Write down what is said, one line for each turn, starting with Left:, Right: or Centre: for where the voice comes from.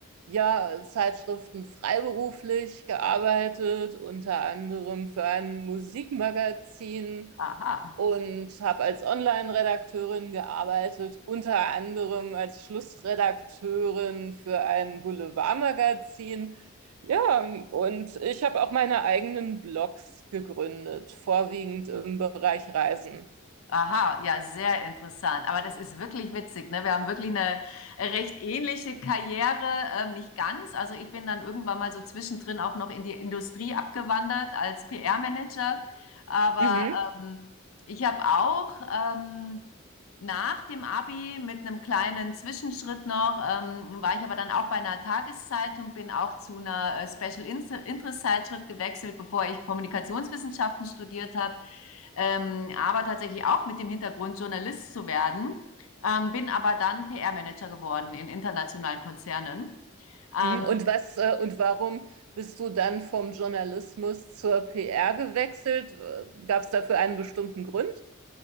Right: ja, Zeitschriften freiberuflich gearbeitet, unter anderem für ein Musikmagazin
Left: aha,
Right: und habe als Online-Redakteurin gearbeitet, unter anderem als Schlussredakteurin für ein Boulevardmagazin. Ja, und ich habe auch meine eigenen Blogs gegründet, vorwiegend im Bereich Reisen.
Left: Aha, ja, sehr interessant. Aber das ist wirklich witzig, ne? Wir haben wirklich eine recht ähnliche Karriere, ähm, nicht ganz. Also ich bin dann irgendwann mal so zwischendrin auch noch in die Industrie abgewandert als PR-Manager. Aber
Right: Mhm.
Left: ähm, ich habe auch ähm, nach dem Abi mit einem kleinen Zwischenschritt noch, ähm, war ich aber dann auch bei einer Tageszeitung, bin auch zu einer äh, Special Interest Zeitschrift gewechselt, bevor ich Kommunikationswissenschaften studiert habe, ähm, aber tatsächlich auch mit dem Hintergrund, Journalist zu werden, ähm, bin aber dann PR-Manager geworden in internationalen Konzernen. Ähm,
Right: mhm. Und was äh, und warum bist du dann vom Journalismus zur PR gewechselt? Gab es dafür einen bestimmten Grund?